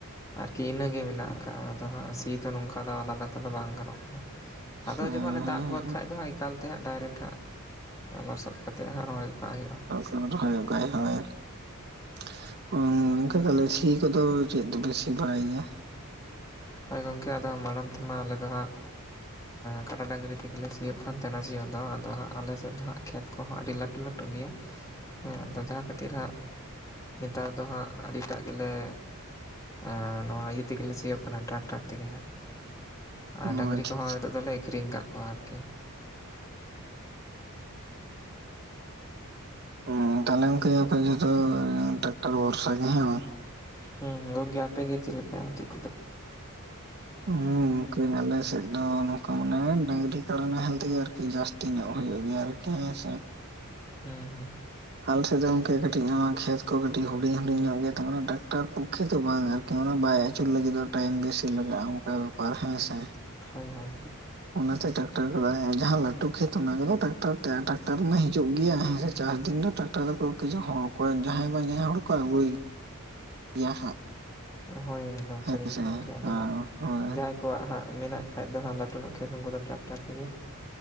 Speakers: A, on the left; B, on the right.
A: ᱟᱨᱠᱤ ᱤᱱᱟᱹᱜᱮ ᱢᱮᱱᱟᱜ ᱟᱠᱟᱜᱼᱟ। ᱟᱫᱚ ᱦᱟᱸᱜ ᱥᱤ ᱫᱚ ᱱᱚᱝᱠᱟ ᱫᱚ ᱟᱞᱟᱫᱟ ᱛᱮᱫᱚ ᱵᱟᱝ ᱜᱟᱱᱚᱜ ᱠᱟᱱᱟ। ᱟᱫᱚ
B: ᱦᱮᱸ
A: ᱡᱚᱠᱷᱚᱱᱮ ᱫᱟᱜ
B: ᱦᱮᱸ
A: ᱜᱚᱫ ᱠᱷᱟᱡ ᱫᱚᱭ ᱼᱼ ᱮᱠᱟᱞᱛᱮ ᱦᱟᱸᱜ ᱰᱟᱭᱨᱮᱠᱴ ᱦᱟᱸᱜ ᱞᱚᱥᱚᱫ ᱠᱟᱛᱮᱜ ᱦᱟᱸᱜ ᱨᱚᱦᱚᱭ ᱜᱚᱜ ᱠᱟᱜ ᱦᱩᱭᱩᱜᱼᱟ।
B: <inaudible> ᱚᱝᱠᱟ ᱜᱮ ᱟᱞᱮ <inaudible> ᱥᱤ ᱠᱚᱫᱚ ᱪᱮᱫ ᱛᱮᱯᱮ ᱥᱤ ᱵᱟᱲᱟᱭ ᱜᱮᱭᱟ?
A: ᱦᱳᱭ ᱜᱚᱢᱠᱮ, ᱟᱫᱚ ᱢᱟᱲᱟᱝ ᱛᱮᱢᱟ ᱟᱞᱮ ᱫᱚ ᱦᱟᱸᱜ ᱼᱼ ᱠᱟᱰᱟ ᱰᱟᱝᱨᱤ ᱛᱮᱜᱮ ᱞᱮ ᱥᱤᱭᱳᱜ ᱠᱟᱱ ᱛᱟᱦᱮᱱᱟ ᱥᱤᱭᱳᱜ ᱫᱚ, ᱟᱫᱚ ᱦᱟᱸᱜ ᱟᱞᱮ ᱥᱮᱫ ᱫᱚ ᱦᱟᱸᱜ ᱠᱷᱮᱛ ᱠᱚᱦᱚᱸ ᱟᱹᱰᱤ ᱞᱟᱹᱴᱩ ᱞᱟᱹᱴᱩ ᱜᱮᱭᱟ
B: <unintelligible>
A: ᱦᱮᱸ, ᱟᱫᱚ ᱡᱟᱦᱟᱸ ᱼᱼ ᱛᱤᱨ ᱦᱟᱸᱜ ᱱᱮᱛᱟᱨ ᱫᱚ ᱦᱟᱸᱜ ᱟᱹᱰᱤᱴᱟᱜ ᱜᱮᱞᱮ, ᱮᱸᱻ ᱱᱚᱣᱟ ᱤᱭᱟᱹ ᱼᱼ ᱛᱮᱜᱮ ᱞᱮ ᱥᱤᱭᱳᱜ ᱠᱟᱱᱟ। ᱴᱨᱟᱠᱴᱟᱨ ᱛᱮᱜᱮ ᱦᱟᱸᱜ। ᱟᱨ
B: ᱦᱩᱸ
A: ᱰᱟᱝᱨᱤ
B: ᱚ ᱟᱪᱪᱷᱟ
A: ᱠᱚᱦᱚᱸ
B: ᱟᱪᱪᱷᱟ
A: ᱱᱤᱛᱚᱜ ᱫᱚᱞᱮ ᱟᱹᱠᱷᱨᱤᱧ ᱠᱟᱜ ᱠᱚᱣᱟ ᱟᱨᱠᱤ। <inaudible>
B: ᱚ, ᱛᱟᱦᱚᱞᱮ ᱜᱚᱝᱠᱮ ᱚᱠᱟᱡᱚᱦᱚᱜ ᱫᱚ ᱴᱨᱟᱠᱴᱟᱨ ᱵᱷᱚᱨᱥᱟ ᱜᱮ ᱦᱮᱸ ᱵᱟᱝ
A: ᱦᱩᱸ ᱦᱩᱸ, ᱜᱚᱝᱠᱮ ᱟᱯᱮ ᱜᱮ ᱪᱮᱫ ᱞᱮᱠᱟ ᱪᱮᱜ
B: ᱩᱸᱻ ᱜᱚᱢᱠᱮ ᱟᱞᱮᱥᱮᱫ ᱫᱚ ᱱᱚᱝᱠᱟ ᱢᱟᱱᱮ ᱰᱟᱝᱨᱤ ᱠᱟᱰᱟ ᱱᱟᱦᱮᱞ ᱛᱮᱜᱮ ᱟᱨᱠᱤ, ᱡᱟᱹᱥᱛᱤ ᱧᱚᱜ ᱦᱩᱭᱩᱜ ᱜᱮᱭᱟ ᱟᱨᱠᱤ। ᱦᱮᱸᱥᱮ
A: ᱦᱮᱸ ᱦᱮᱸ।
B: ᱟᱞᱮ ᱥᱮᱫ ᱫᱚ ᱚᱱᱠᱟᱜᱮ ᱠᱟᱹᱴᱤᱡ ᱱᱚᱣᱟ ᱠᱷᱮᱛ ᱠᱚ ᱠᱟᱹᱴᱤᱡ ᱦᱩᱰᱤᱧ ᱦᱩᱰᱤᱧ ᱧᱚᱜ ᱜᱮᱭᱟ ᱛᱚ ᱢᱟᱱᱮ ᱴᱟᱠᱴᱟᱨ ᱯᱚᱠᱼᱠᱷᱮ ᱫᱚ ᱵᱟᱝ ᱟᱨᱠᱤ। <inaudible> ᱵᱟᱭ ᱟᱹᱪᱩᱨ ᱞᱟᱹᱜᱤ ᱫᱚᱜᱼᱟ ᱴᱟᱭᱤᱢ ᱵᱮᱥᱤ ᱞᱟᱜᱟᱜᱼᱟ ᱚᱱᱠᱟ ᱵᱮᱯᱟᱨ ᱦᱮᱸᱥᱮ।
A: ᱦᱳᱭ ᱦᱳᱭ।
B: ᱚᱱᱟᱛᱮ ᱴᱨᱟᱠᱴᱟᱨ ᱠᱚᱫᱚ ᱡᱟᱦᱟᱸ ᱞᱟᱹᱴᱩ ᱠᱷᱮᱛ ᱚᱱᱟ ᱠᱚᱫᱚ ᱴᱟᱠᱴᱟᱨ ᱛᱮ ᱴᱨᱟᱠᱴᱟᱨ ᱢᱟ ᱦᱤᱡᱩᱜ ᱜᱮᱭᱟ ᱦᱮᱸ ᱪᱟᱥ ᱫᱤᱱ ᱫᱚ ᱴᱨᱟᱠᱴᱟᱨ ᱨᱮᱠᱚ ᱤᱛᱩᱭᱟ ᱦᱚᱦᱚ ᱟᱠᱚᱣᱟᱹᱧ ᱡᱟᱦᱟᱸᱭ ᱵᱟᱝ ᱡᱟᱦᱟᱸᱭ ᱦᱚᱲ ᱠᱚ ᱟᱹᱜᱩᱭ ᱜᱮ ᱜᱮᱭᱟ ᱦᱟᱸᱜ
A: ᱦᱳᱭ ᱮᱠᱫᱚᱢ
B: ᱦᱮᱸ
A: ᱥᱟᱹᱨᱤ ᱜᱮ
B: ᱥᱮ
A: ᱜᱚᱝᱠᱮ ᱟᱫᱚ ᱦᱟᱸᱜ
B: ᱦᱳᱭ
A: ᱡᱟᱦᱟᱸᱭ ᱠᱚᱣᱟᱜ ᱦᱟᱸᱜ ᱢᱮᱱᱟᱜ ᱠᱷᱟᱡ ᱫᱚ ᱦᱟᱸᱜ ᱞᱟᱹᱴᱩ ᱧᱚᱜᱼᱼ ᱩᱱᱠᱩ ᱫᱚ ᱴᱨᱟᱠᱴᱟᱨ ᱛᱮᱜᱮ।